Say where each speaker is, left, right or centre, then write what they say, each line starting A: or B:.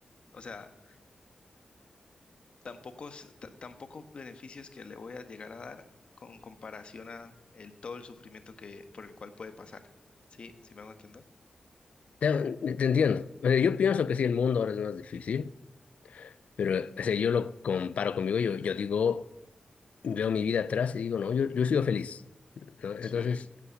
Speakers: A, on the left (about 50°); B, on the left (about 75°).
A: o sea, tan pocos, ta- tan pocos beneficios que le voy a llegar a dar con comparación a el, todo el sufrimiento que, por el cual puede pasar. ¿Sí? ¿Sí me hago entender?
B: te, te entiendo. O sea, yo pienso que sí, el mundo ahora es más difícil, pero o sea, yo lo comparo conmigo, yo, yo digo, veo mi vida atrás y digo, no, yo, yo he sido feliz, ¿no? Entonces,
A: Sí,